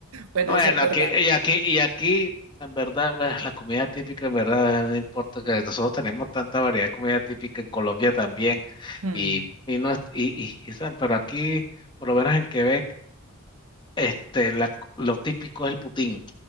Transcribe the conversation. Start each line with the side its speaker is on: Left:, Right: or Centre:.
Right: Bueno,
Left: Bueno,
Right: eso es verdad.
Left: aquí, y aquí, y aquí, en verdad, bueno, la comida típica, en verdad, no importa que nosotros tenemos tanta variedad de comida típica en Colombia también,
Right: Hmm,
Left: y, y no, es- y, y, y, ¿sabes? pero aquí, por lo menos en Quebec, este, la- lo típico es el putín,